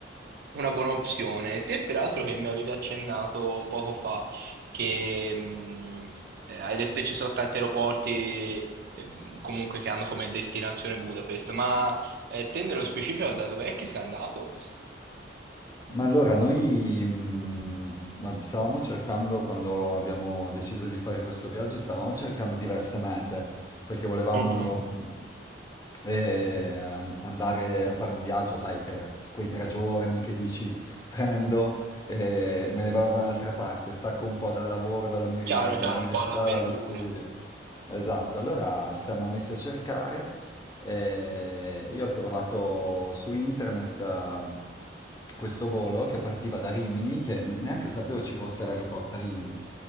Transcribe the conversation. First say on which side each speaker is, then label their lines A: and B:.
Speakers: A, on the right (about 55°); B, on the left (about 20°).
A: una buona opzione. Te peraltro che mi avevi accennato poco fa che... mh, eh, hai detto che ci sono tanti aeroporti ehm, comunque che hanno come destinazione Budapest, ma eh, te nello specifico da dov'è che sei andato?
B: Ma allora, noi mh, ma stavamo cercando, quando abbiamo deciso di fare questo viaggio, stavamo cercando diverse mete, perché volevamo
A: Mhm.
B: eh, an- andare a fare un viaggio, sai, per quei tre giorni che dici prendo e me ne vado da un'altra parte, stacco un po' dal lavoro, dall'uni-
A: Chiaro, chiaro,
B: dall'università,
A: un po' all'avventura.
B: dallo studio. Esatto, allora ci siamo messi a cercare. Eh, io ho trovato su internet eh, questo volo che partiva da Rimini, che neanche sapevo ci fosse l'aeroporto a Rimini.